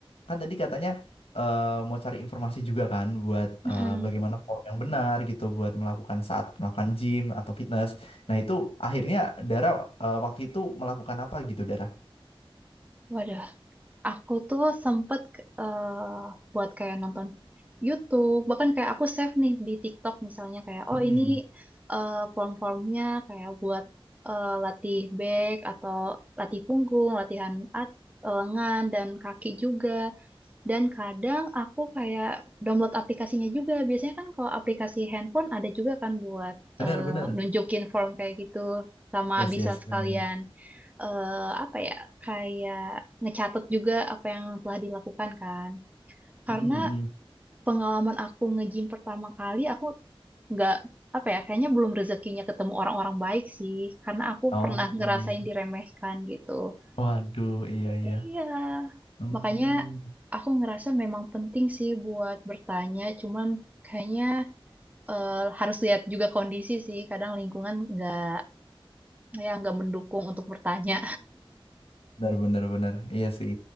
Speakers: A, on the left (about 75°); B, on the right (about 15°).
A: kan tadi katanya eh, mau cari informasi juga kan buat
B: Mm-mm.
A: eh, bagaimana form yang benar gitu buat melakukan saat melakukan gym atau fitness nah itu akhirnya Dara eh, waktu itu melakukan apa gitu Dara
B: Waduh, Aku tuh sempet eh, buat kayak nonton YouTube, bahkan kayak aku save nih di TikTok misalnya kayak oh
A: Mm-mm.
B: ini eh, form-formnya kayak buat eh, latih back atau latih punggung, latihan at- eh, lengan dan kaki juga. Dan kadang aku kayak download aplikasinya juga. Biasanya kan kalau aplikasi handphone ada juga kan buat
A: Benar,
B: eh,
A: benar.
B: nunjukin form kayak gitu. Sama
A: Yes,
B: bisa
A: yes,
B: sekalian
A: benar benar.
B: eh, apa ya kayak ngecatat juga apa yang telah dilakukan kan. Karena
A: Mm, mm, mm.
B: pengalaman aku nge-gym pertama kali aku nggak apa ya kayaknya belum rezekinya ketemu orang-orang baik sih. Karena aku
A: Oh
B: pernah ngerasain
A: iya.
B: diremehkan gitu.
A: Waduh, iya iya.
B: Iya.
A: Hmm.
B: Makanya aku ngerasa memang penting sih buat bertanya, cuman kayaknya eh, harus lihat juga kondisi sih. Kadang lingkungan nggak ya nggak mendukung untuk bertanya.
A: Benar, benar, benar. Iya sih.